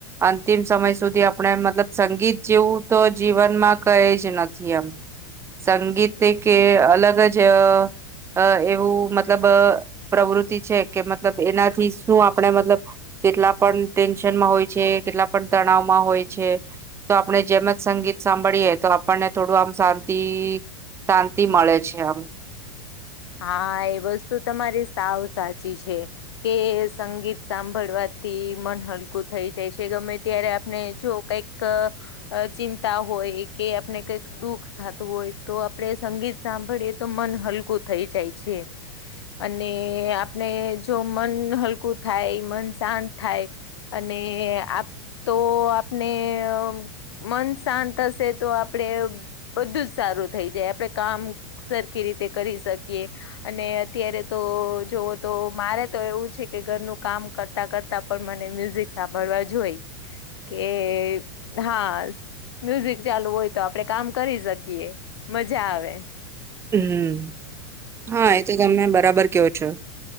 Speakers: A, on the right (about 20°); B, on the left (about 80°).
A: અંતિમ સમય સુધી આપણે મતલબ સંગીત જેવું તો જીવનમાં કયજ નથી <unintelligible> સંગીત તે કે અલગ જ અ અ એવું મતલબ પ્રવૃત્તિ છે કે મતલબ એનાથી શું આપણે મતલબ કેટલા પણ ટેન્શનમાં હોય છે કેટલા પણ તણાવમાં હોય છે. તો આપણે જેમ જ સંગીત સાંભ ભળીએ તો આપણને થોડુંક આમ શાંતિ શાંતિ મળે છે અમ.
B: હા એ વસ્તુ તમારી સાવ સાચી છે. કે સંગીત સાંભળવાથી મન હલકું થઈ જાય છે ગમે ત્યારે આપને જો કંઈક ક ચિંતા હોય કે આપને કંઈક દુઃખ થાતું હોય તો આપણે સંગીત સાંભળીએ તો મન હલકું થઈ જાય છે. અને આપને જો મન હલકું થાય મન શાંત થાય અને આપ તો આપને અ મન શાંત હશે તો આપડે બ બધું જ સારું થેઈ જાય આપડે કામ સરખી રીતે કરી શકીએ અને અત્યારે તો જોવો તો મારે તો એવું છે કે ઘરનું કામ કરતા કરતા તા પણ મને મ્યુઝિક સાંભળવા જોઈ
A: <inaudible>
B: કે હા મ્યુઝિક ચાલુ હોય તો આપડે કામ કરી શકીએ મજા આવે.
A: હમ્મ હા એ તો તમને બરાબર કેવો છો.